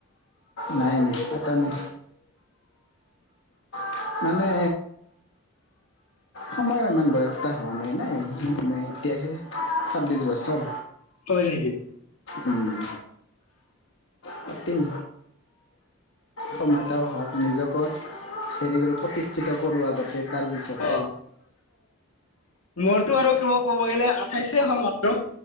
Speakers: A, on the left; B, on the left.
A: নাই নাই আটা নাই <unintelligible> মানে সময়ো ইমান বয়সটা হোৱা নাই নাই মানে এতিয়াহে, ছাব্বিছ বছৰ।
B: হয় নেকি?
A: ওম, থাতত্তিন সময়তা হওক নিজকো হেৰি কৰি প্ৰতিষ্ঠিত কৰোঁ আগতে তাৰ পিছত
B: অ মোৰতো আৰু কিব ক'ব গ'লে আঠাইছেে হল মাত্ৰ